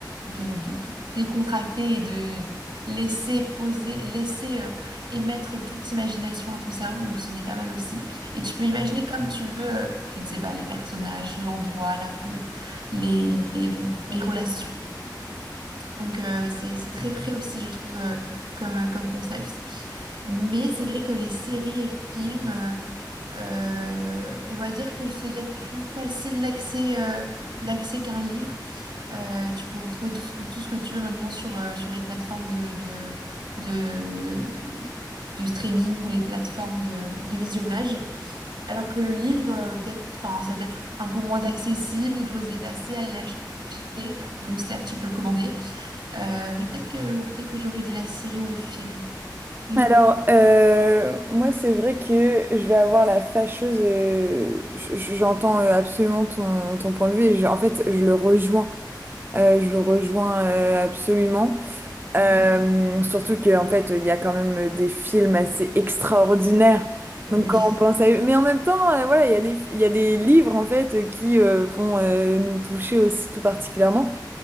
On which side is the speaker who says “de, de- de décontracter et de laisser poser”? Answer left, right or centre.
Right